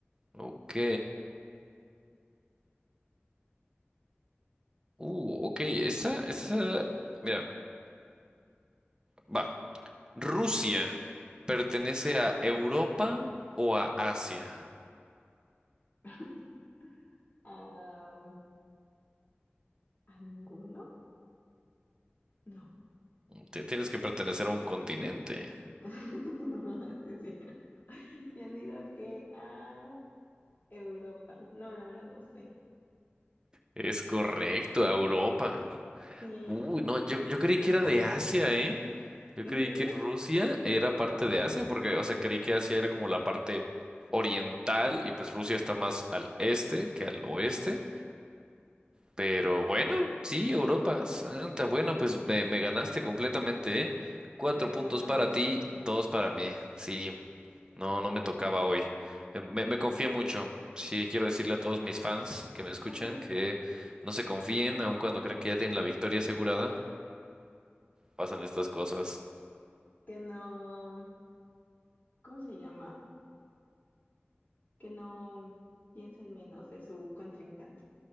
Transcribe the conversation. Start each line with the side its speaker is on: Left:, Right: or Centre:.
Right: ok. Uh, ok, esa, esa. Mira, va. ¿Rusia pertenece a Europa o a Asia?
Left: <laughs> Ah, ¿a ninguno? No.
Right: Te- tienes que pertenecer a un continente.
Left: <laughs> Sí, sí. Yo digo que a Europa. No, la verdad no sé.
Right: Es correcto, a Europa.
Left: Sí.
Right: Uy, no, yo, yo creí que era de Asia, ¿eh? Yo
Left: ¿En
Right: creí
Left: serio?
Right: que Rusia era parte de Asia, porque, o sea, creí que Asia era como la parte oriental y pues Rusia está más al este que al oeste. Pero bueno, sí, Europa, santa, bueno, pues me, me ganaste completamente, ¿eh? Cuatro
Left: Derrotado.
Right: puntos para ti, dos para mí. Sí, no, no me tocaba hoy. Eh, Me, me confié mucho. Sí, quiero decirle a todos mis fans que me escuchan
Left: <laughs>
Right: que no se confíen, aun cuando creen que ya tienen la victoria asegurada pasan estas cosas.
Left: Que no, ¿cómo se llama? Que no piensen menos de su contrincante.